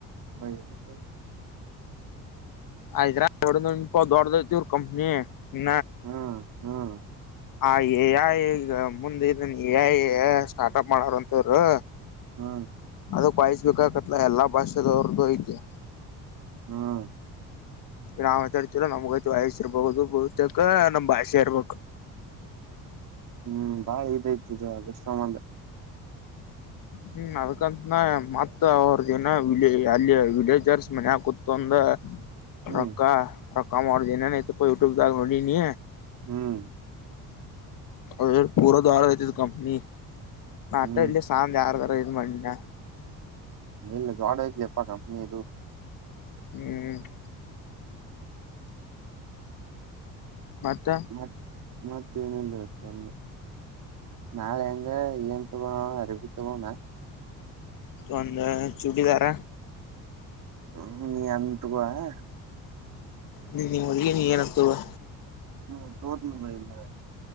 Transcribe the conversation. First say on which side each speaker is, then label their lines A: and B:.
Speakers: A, on the right; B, on the left.
A: ಬೈ ಬ
B: ಆಯ್ತಾ ಇಪ ದೊಡ್ಡವರ್ ಕಂಪ್ನಿ ಇ
A: ಹ್ಮ್ ಹ್ಮ್
B: ಆ ಎಯ ಈಗ ಮುಂದ ಇದನ್ ಎ ಸ್ಟಾರ್ಟಪ್ ಮಾಡಾರಂತವರು
A: ಹ್ಮ
B: ಅದ ಕಾಯಿಸಬೇಕಕತ್ಲ ಎಲ್ಲಾ ಭಾಷೆದವ್ರದ್ದು ಐತೆ
A: ಹ್ಮ್
B: ನಾವ್ತ ಇರ್ತಿರ ನಮ್ಗೈತಿ ವಯಸ್ಸ ಇರ್ಬಹುದು ಬಹುತೇಕ ನಮ್ ಭಾಷೆ ಇರ್ಬೇಕು ಹಮ್
A: ಹ್ಮ್ ಬಾ ಇದೈತಷ್ಟ ಸಂಬಧ
B: ಹ್ಮ್ ಅದ್ಕಂತನ ಮತ್ತ ಅವ್ರದ ಏನ ಅಲ್ಲಿ ವಿಲೇಜರ್ಸ್ ಮನ್ಕತ್ಂದ
A: ಹ್ಮ್
B: ರಕ್ಕಾ ರಕ್ಕ ಮಾಡದನೆ ನ ಪ ಯುಟ್ಯೂಬ್ ದಾಗ ನೋಡಿ ನೀ
A: ಹ್ಮ್
B: ಅ ಪೂರ ದ್ರ ಕಂಪನಿ ನ
A: ಹ್ಮ್
B: ಅ ಇಲ್ಲಿ ಶಂದ ಯಾರ ಬರಿ ಮಾಡ್ಣ
A: ಇಲ್ಲ ದ ಆಡ ಎಪ್ಪ ನನ ಇದು <inaudible>
B: ಹ್ಮ್ <inaudible> ಮತ್ತ
A: ಮತ್ ಮತ್ತ ಏನಲ್ಲತ ನಾಳೆ ಹೆಂಗ ಏನ್ಂತಗ ಅರಿಬತ್ತುಗಣ
B: ಒಂದ ಚೂಡಿದಾರ
A: ಹ ನೀ ಅ ತುಗ ಹ <inaudible>
B: ನೀ ನೀ ಹೊಗೆ ನೀ ಏನಪ್ಪವಾ
A: ಹ್ಮ್ ತೋಟನ ಬಲ್ಲ <inaudible>